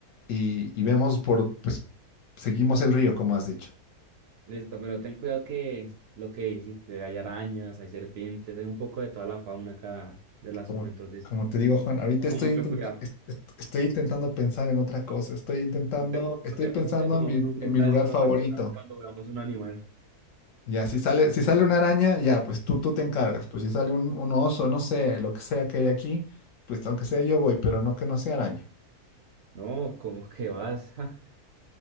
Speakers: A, on the left; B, on the right.
A: y, y vemos por, pues, seguimos el río, como has dicho.
B: Listo, pero ten cuidado que lo que dijiste, hay arañas, hay serpientes, hay un poco de toda la fauna acá de la
A: Como,
B: zona, entonces
A: como te digo, Juan, ahorita
B: con
A: estoy
B: mucho
A: intenta-
B: cuidado.
A: est- est- estoy intentando pensar en otra cosa. Estoy intentando,
B: Pero te-
A: estoy
B: Tratemos
A: pensando
B: de no,
A: en mi,
B: no
A: en
B: gritar
A: mi lugar
B: y no
A: favorito.
B: reaccionar cuando veamos un animal.
A: Ya, si sale, si sale una araña, ya, pues tú, tú te encargas. Pues si sale un, un oso, no sé, lo que sea que hay aquí, pues aunque sea yo voy, pero no que no sea araña.
B: No, ¿cómo que vas? <laughs>